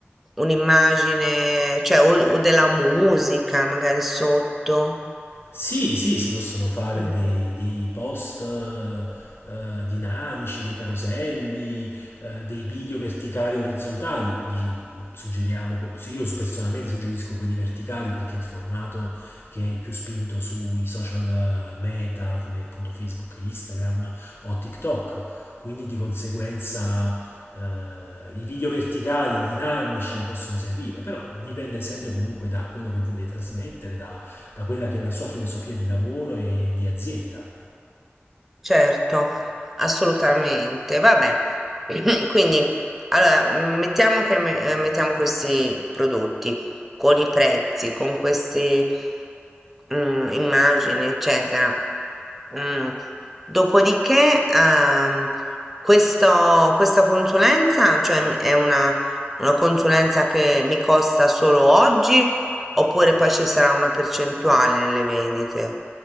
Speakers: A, in the centre; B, on the left (about 60°).
A: un'immagine, cioè o o della musica magari sotto.
B: Sì, sì, si possono fare
A: Mm.
B: dei, dei post eh, eh, dinamici, dei caroselli, eh, dei video verticali e orizzontali. Di- suggeriamo, que- sì, io personalmente suggerisco quelli verticali perché è il formato che è più spinto sui social eh, meta come appunto Facebook, Instagram o TikTok. Quindi di conseguenza eh, i video verticali dinamici possono servire, però dipende sempre comunque da quello che volete trasmettere, da quella che è la sua filosofia di lavoro e di azienda.
A: Certo, assolutamente. Vabbè, <clears throat> quindi allora mm, mettiamo che me- eh, mettiamo questi prodotti con i prezzi, con queste mm, immagini, eccetera. Mm, Dopodiché, ehm, questo- questa consulenza, cioè m- è una, una consulenza che mi costa solo oggi, oppure poi ci sarà una percentuale nelle vendite?